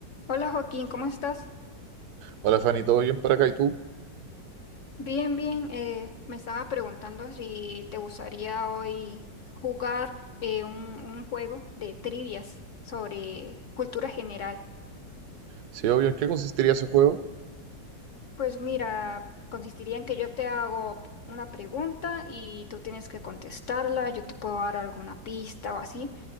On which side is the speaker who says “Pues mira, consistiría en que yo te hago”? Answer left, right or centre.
Left